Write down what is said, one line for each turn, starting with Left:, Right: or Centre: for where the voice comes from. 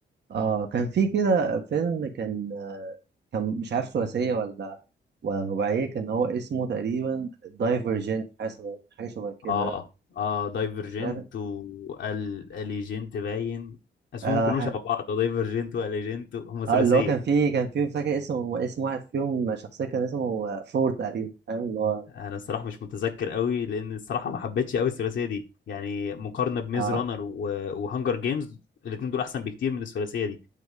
Right: اه كان في كده فيلم كان كان مش عارف ثلاثيه ولا ولا رباعيه كان هو اسمه تقريبا دايفرجنت حاجه شبه حاجه شبه كده
Left: اه اه دايفرجنت
Right: سمعت
Left: واليجنت باين اسمهم
Right: آه,
Left: كلهم
Right: ح...
Left: شبه بعض دايفرجنت واليجنت هم ثلاثيه
Right: اه اللي هو كان فيه كان فيه فاكر اسم اسم واحد فيهم شخصيه كان اسمه فور تقريبا فاهم اللي هو
Left: انا الصراحه مش متذكر قوي لان الصراحه ما حبيتش قوي الثلاثيه دي يعني مقارنه بميز
Right: اه
Left: رانر وهانجر جيمز الاثنين دول احسن بكتير من الثلاثيه دي